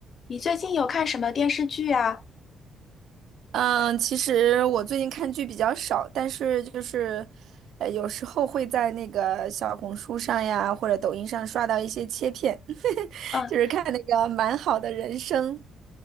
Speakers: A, on the left; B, on the right.
A: 你最近有看什么电视剧啊？
B: 嗯，其实我最近看剧比较少，但是就是，呃，有时候会在那个小红书上呀，或者抖音上刷到一些切片，<laughs>
A: 嗯，
B: 就是看那个《蛮好的人生》